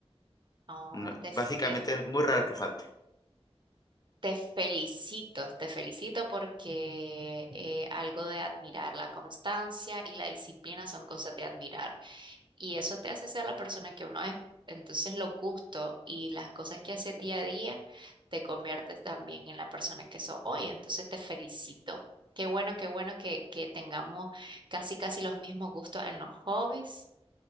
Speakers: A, on the right; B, on the left.
A: Oh,
B: No,
A: te, f-
B: básicamente
A: te,
B: es muy raro que falte.
A: te felicito, te felicito porque eh, algo de admirar, la constancia y la disciplina son cosas de admirar. Y eso te hace ser la persona que uno es. Entonces los gustos y las cosas que haces día a día te conviertes también en la persona que sos hoy. Entonces te felicito. Qué bueno, qué bueno que, que tengamos casi, casi los mismos gustos en los hobbies,